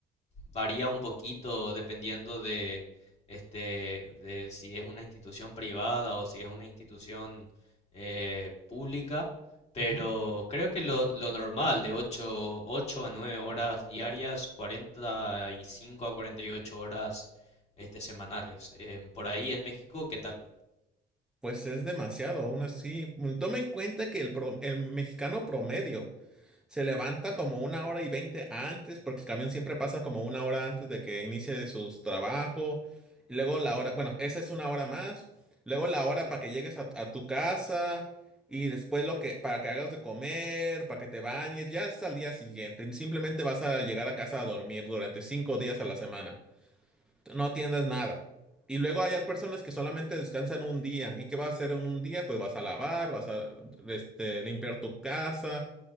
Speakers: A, on the left; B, in the centre.
A: varía un poquito dependiendo de, este, de si es una institución privada o si es una institución eh, pública, pero
B: Ujú.
A: creo que lo, lo normal de ocho, 8 a 9 horas diarias, 45 a 48 horas este, semanales. Em, por ahí en México, ¿qué tal?
B: Pues es demasiado, aún así. Mm, Toma en cuenta que el, pro- el mexicano promedio Se levanta como una hora y veinte antes, porque el camión siempre pasa como una hora antes de que inicie su trabajo. Y luego la hora, bueno, esa es una hora más. Luego la hora para que llegues a, a tu casa. Y después lo que, para que hagas de comer, para que te bañes. Ya es al día siguiente. Simplemente vas a llegar a casa a dormir durante cinco días a la semana. No atiendes nada. Y luego hay personas que solamente descansan un día. ¿Y qué vas a hacer en un día? Pues vas a lavar, vas a este, limpiar tu casa